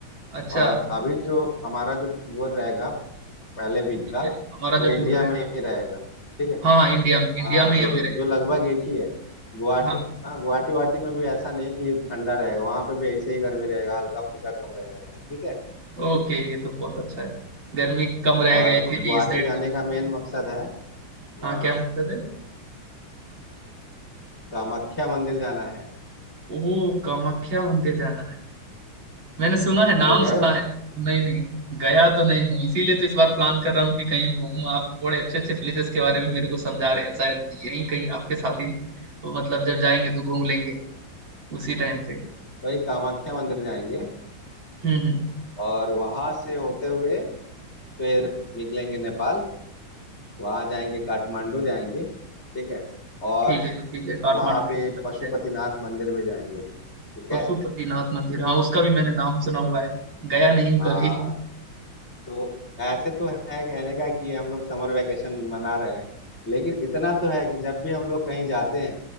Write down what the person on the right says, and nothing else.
अच्छा
ठीक
है हमारा
जो
टूर रहेगा
हाँ इंडिया में इंडिया
में
ही अभी रहेगा
हाँ,
ओके ये तो बहुत अच्छा है गर्मी कम रहेगा
ऐसे
भी इस साइड
तो
हाँ
क्या मतलब है
ओ कामाख्या मंदिर जाना है मैंने सुना है नाम
सुना
है नहीं नहीं गया तो नहीं हूँ इसीलिए तो इस बार प्लान कर रहा हूँ कि कहीं घूमूं आप बड़े अच्छे अच्छे प्लेसेस के बारे में मेरे को समझा रहे हैं शायद यहीं कहीं आपके साथ ही मतलब जब जाएंगे तो घूम लेंगे उसी टाइम पे
हम्म हम्म
ठीक है जी, ठीक है काठमांडू
की तरफ
ही जाएंगे
पशुपतिनाथ
मंदिर हाँ उसका भी मैंने नाम सुना हुआ है गया नहीं हूँ
कभी